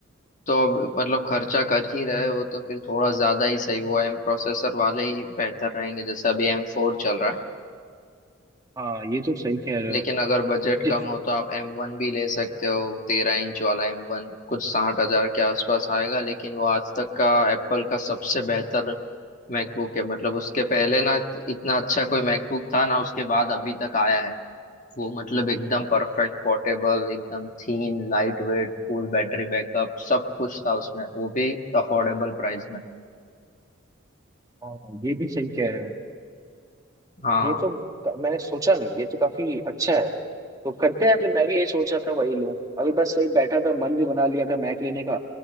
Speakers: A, on the left; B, on the right.
A: तो अब मतलब खर्चा कर ही रहे हो तो फिर थोड़ा ज्यादा ही सही वो एम प्रोसेसर वाले ही बेहतर रहेंगे जैसे अभी एम फोर चल रहा है
B: हाँ ये तो सही कह रहे
A: लेकिन
B: हो
A: अगर बजट
B: मुझे
A: कम हो तो आप एम वन भी ले सकते हो तेरह इंच वाला एम वन कुछ साठ हजार के आसपास आएगा लेकिन वो आज तक का एप्पल का सबसे बेहतर मैकबुक है मतलब उसके पहले ना इतना अच्छा कोई मैकबुक था ना उसके बाद अभी तक आया है वो मतलब एकदम परफेक्ट पोर्टेबल एकदम thin light weight full battery backup सब कुछ था उसमें वो भी अफोर्डेबल प्राइस में।
B: हाँ ये भी सही कह रहे हो
A: हाँ
B: ये तो क- मैंने सोचा नहीं ये तो काफी अच्छा है तो करते हैं फिर मैं भी यही सोचा था वही लूँ अभी बस वही बैठा था मन भी बना लिया था मैक लेने का